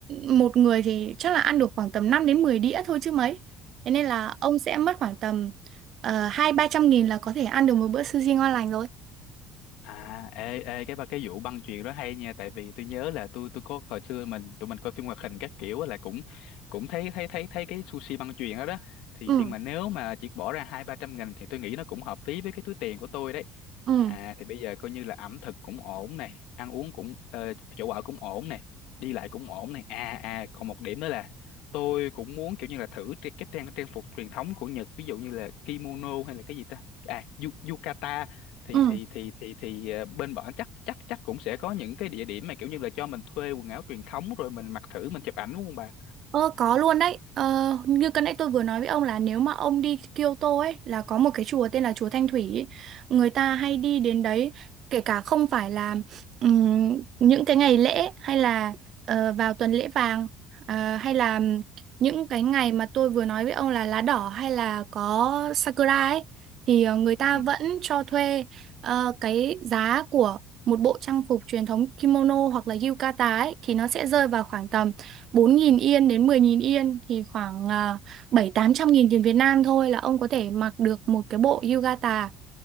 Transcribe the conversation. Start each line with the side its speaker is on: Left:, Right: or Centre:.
Right: một người thì chắc là ăn được khoảng tầm 5 đến 10 đĩa thôi chứ mấy thế nên là ông sẽ mất khoảng tầm ờ, hai ba trăm nghìn là có thể ăn được một bữa sushi ngon lành rồi
Left: À, ê, ê, cái ba cái vụ băng chuyền đó hay nha, tại vì tôi nhớ là tôi tôi có hồi xưa mình tụi mình coi phim hoạt hình các kiểu á là cũng cũng thấy thấy thấy thấy cái sushi băng chuyền đó đó, thì
Right: ừ
Left: nhưng mà nếu mà chỉ bỏ ra hai ba trăm nghìn thì tôi nghĩ nó cũng hợp lý với cái túi tiền của tôi đấy.
Right: ừ
Left: À, thì bây giờ coi như là ẩm thực cũng ổn này, ăn uống cũng ờ, chỗ ở cũng ổn này, đi lại cũng ổn này. À à, còn một điểm nữa là tôi cũng muốn kiểu như là thử tri- cái trang trang phục truyền thống của Nhật, ví dụ như là kimono hay là cái gì ta? À, yu- yukata thì
Right: ừ
Left: thì thì thì thì ờ, bên bọn chắc chắc chắc cũng sẽ có những cái địa điểm mà kiểu như là cho mình thuê quần áo truyền thống rồi mình mặc thử mình chụp ảnh đúng không bà
Right: Ờ, có luôn đấy. Ờ, như cái nãy tôi vừa nói với ông là nếu mà ông đi Kyoto ấy là có một cái chùa tên là chùa Thanh Thủy ấy. Người ta hay đi đến đấy kể cả không phải là ừm, những cái ngày lễ hay là ờ, vào tuần lễ vàng ờ, hay là những cái ngày mà tôi vừa nói với ông là lá đỏ hay là có Sakura ấy thì ờ, người ta
Left: ừ.
Right: vẫn cho thuê ờ, cái giá của một bộ trang phục truyền thống kimono hoặc là yukata ấy thì nó sẽ rơi vào khoảng tầm 4.000 yên đến mười nghìn yên thì khoảng uh, bảy tám trăm nghìn tiền Việt Nam thôi là ông có thể mặc được một cái bộ yukata